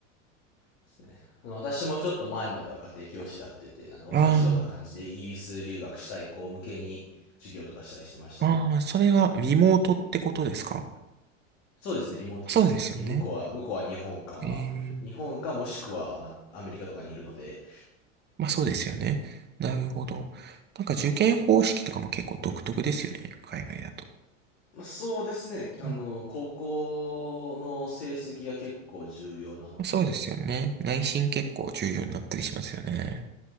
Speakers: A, on the left; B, on the right.
A: ですね。私もちょっと前までは家庭教師やってて、なんか同じような感じでイギリス留学したい子向けに授業とかしたりしてましたね。
B: ああ、ああ、それはリモートってことですか
A: そうですね、リモートですね。
B: そうですよね。
A: に向こうは、向こうは日本か、まあ、
B: ええ、
A: 日本かもしくは、まあ、アメリカとかにいるので、
B: まあそうですよね。なるほど。なんか受験方式とかも結構独特ですよね。海外だと。
A: まあ、そうですね、あの、
B: うん
A: 高校の成績が結構重要なのと、
B: そうですよね。内申結構重要になったりしますよね。